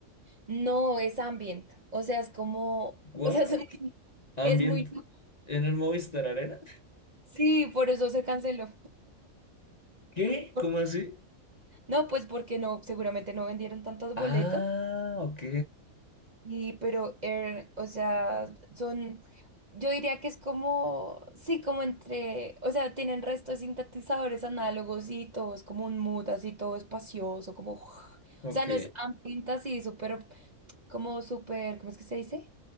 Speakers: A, on the right (about 40°); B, on the left (about 35°).
A: No, es ambient. O sea, es como,
B: ¿What?
A: <laughs> o sea, es muy,
B: ¿Ambient
A: es muy loco
B: en el Movistar Arena?
A: Sí, por eso se canceló.
B: <laughs> ¿Qué?
A: <laughs>
B: ¿Cómo así?
A: No, pues porque no, seguramente no vendieron tantas
B: Ah,
A: boletas.
B: ok,
A: Y pero Air, o sea, son, yo diría que es como, sí, como entre, o sea, tienen restos sintetizadores análogos y todo es como un mood así todo espacioso, como, <laughs> o
B: ok.
A: sea, no es ambiente así súper, como súper, ¿cómo es que se dice?